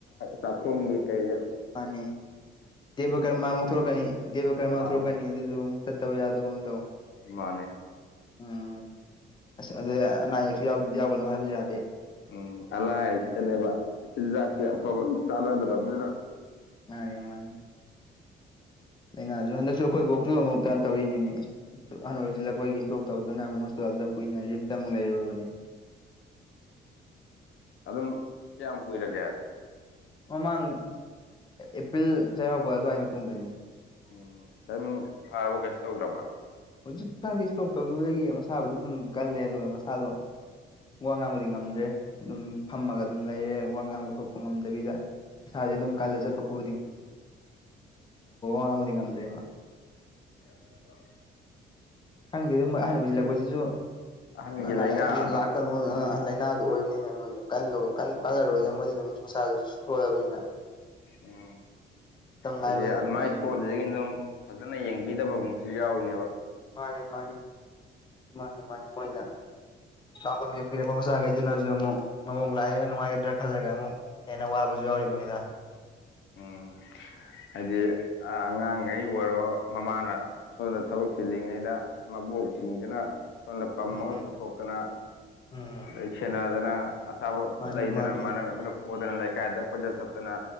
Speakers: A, on the left (about 70°); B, on the left (about 25°).
A: ꯆꯥꯛꯈꯨꯝꯒꯤ ꯀꯩ
B: ꯃꯥꯅ‌ꯦ ꯗꯦꯕ ꯀ꯭ꯔꯃ ꯑꯃꯨꯛ ꯊ‌ꯣꯔꯛꯀꯅꯤ ꯗꯦꯕ ꯀ꯭ꯔꯃ
A: ꯃꯥꯅꯦ
B: ꯊ‌ꯣꯔꯛꯀꯅꯤ ꯑꯗꯨꯁꯨ ꯑꯃꯨꯛ ꯆꯠꯇꯕ ꯌꯥꯗꯕꯒꯨꯝ ꯇꯧ
A: ꯃꯥꯅꯦ
B: ꯎꯝ ꯑꯁ ꯑꯗꯩ ꯑꯅꯥ ꯑꯌꯦꯛꯁꯨ ꯌꯥꯎꯗꯗꯤ ꯌꯥꯎꯒꯅꯨ ꯍꯥꯏꯕꯁꯨ ꯌꯥꯗꯦ
A: ꯎꯝ ꯑꯂꯥ ꯑꯌꯦꯛꯁꯤꯗꯅꯦꯕ ꯆꯤꯟꯖꯥꯛꯁꯤ
B: ꯎꯝ
A: ꯑꯐꯕ ꯑꯃꯇ ꯆꯥꯅꯗ꯭ꯔꯕꯅꯤꯅ
B: ꯃꯥꯅꯦ ꯃꯥꯅꯦ ꯂꯥꯏꯅꯥꯁꯨ ꯍꯟꯗꯛꯁꯨ ꯑꯩꯈꯣꯏꯕꯣꯛꯁꯨ ꯑꯃꯨꯛ ꯀꯩꯅꯣ ꯇꯧꯔꯤꯅꯤꯅꯦ ꯑꯍꯟ ꯑꯣꯏꯁꯤꯜꯂꯛꯄꯒꯤ ꯏꯁꯇꯣꯛ ꯇꯧꯗꯅ ꯑꯃꯨꯛ ꯍꯣꯁꯄꯤꯇꯥꯜꯗ ꯀꯨꯏꯅ ꯔꯤꯃꯁꯇ ꯑꯃꯨꯛ ꯂꯩꯔꯨꯔꯕꯅꯦ
A: ꯑꯗꯨꯝ ꯀꯌꯥꯝ ꯀꯨꯏꯔꯒꯦ
B: ꯃꯃꯥꯡ ꯑꯦꯄ꯭ꯔꯤꯜ ꯆꯩꯔꯥꯎꯕ ꯑꯗꯨꯋꯥꯏ ꯃꯇꯨꯡꯗꯅꯤ
A: ꯎꯝ ꯑꯗꯨꯝ ꯐꯔꯕ ꯀꯩꯁꯨ ꯇꯧꯗ꯭ꯔꯕ
B: ꯍꯧꯖꯤꯛ ꯐꯪꯗꯤꯦ ꯏꯁꯇꯣꯛ ꯇꯧꯈꯤꯕꯗꯒꯤ ꯃꯁꯥꯕꯨꯗꯤ ꯑꯗꯨꯝ ꯀꯜꯂꯦ ꯑꯗꯨꯒ ꯃꯁꯥꯗꯣ ꯋꯥ ꯉꯥꯡꯕꯗꯤ ꯉꯝꯗ꯭ꯔꯦ ꯑꯗꯨꯝ ꯐꯝꯃꯒ
A: ꯑꯣ
B: ꯑꯗꯨꯝ ꯂꯩꯔꯦ ꯋꯥ ꯉꯥꯡꯕꯊꯣꯛꯄ ꯉꯝꯗꯕꯤꯗ ꯏꯁꯥꯁꯦ ꯑꯗꯨꯝ
A: ꯎꯝ
B: ꯀꯥꯂ ꯆꯠꯄꯣꯠ ꯋꯥ ꯉꯥꯡꯕꯗꯤ ꯉꯝꯗ꯭ꯔꯦ ꯃꯥ
A: ꯍ
B: ꯈꯪꯗꯦ ꯑꯗꯨ ꯑꯍꯟ ꯑꯣꯏꯁꯤꯜꯂꯛꯄꯁꯤꯁꯨ
A: ꯑꯍꯟꯒꯤ
B: ꯑꯅꯥ
A: ꯂꯥꯏꯅꯥꯗꯣ
B: ꯂꯥꯏꯌꯦꯡꯗꯨ ꯀꯩꯅꯣ ꯂꯥꯏꯅꯥꯗ ꯑꯣꯏꯕꯅꯤꯅ ꯃꯣꯏꯁꯨꯂ
A: ꯎꯝ
B: ꯀꯜꯂꯔꯣꯏꯗꯕ ꯃꯣꯏꯗꯤꯗ ꯃꯁꯥꯗꯨꯁꯨ ꯁꯣꯜꯂꯕꯅꯤꯅ
A: ꯎꯝ
B: ꯃꯇꯝ ꯉꯥꯏꯕ
A: ꯑꯗꯨꯗꯤ
B: ꯑꯗꯨꯝ
A: ꯑꯗꯨꯃꯥꯏ
B: ꯂꯩꯔꯤꯅꯤ
A: ꯁꯣꯜꯂꯤꯗꯒꯤ ꯑꯗꯨꯝ ꯐꯖꯅ ꯌꯦꯡꯕꯤꯗꯕ ꯃꯨꯛꯁꯨ ꯌꯥꯎꯋꯅꯦꯕ
B: ꯃꯥꯅꯦ ꯃꯥꯅꯦ ꯃꯥꯅꯦ ꯃꯥꯅꯦ ꯃꯣꯏꯗ ꯆꯥꯎꯅ ꯌꯣꯛꯄꯤꯔꯛꯄ ꯃꯆꯥꯈꯩꯁꯤꯅꯁꯨ ꯑꯃꯨꯛ ꯃꯨꯛ ꯂꯥꯛꯑꯦꯅ ꯅꯨꯡꯉꯥꯏꯒꯗ꯭ꯔꯥꯅ ꯈꯜꯂꯒ ꯑꯃꯨꯛ ꯍ‌ꯦꯟꯅ ꯋꯥꯕꯖꯨ ꯌꯥꯎꯔꯤꯕꯅꯤꯗ <unintelligible>
A: ꯎꯝ ꯍꯥꯏꯗꯤ ꯑꯉꯥꯡꯉꯩ ꯑꯣꯏꯔꯣ ꯃꯃꯥꯅ ꯁꯣꯝꯗ ꯊꯕꯛ ꯆꯤꯜꯂꯤꯉꯩꯗ ꯃꯕꯣꯛꯁꯤꯡꯖꯤꯅ ꯁꯣꯝꯗ ꯄꯝꯃꯒ
B: ꯎꯝ
A: ꯄꯨꯊꯣꯛꯇꯅ
B: ꯎꯝ
A: ꯑꯗꯩ ꯁꯦꯟꯅꯗꯅ ꯑꯆꯥꯄꯣꯠ
B: ꯃꯥꯅꯤ
A: ꯂꯩꯗꯅ
B: ꯃꯥꯅꯤ
A: ꯃꯥꯅ ꯉꯟꯗꯨꯅ ꯄꯣꯗꯅ ꯂꯩꯀꯥꯏꯗ ꯐꯖ ꯆꯠꯇꯅ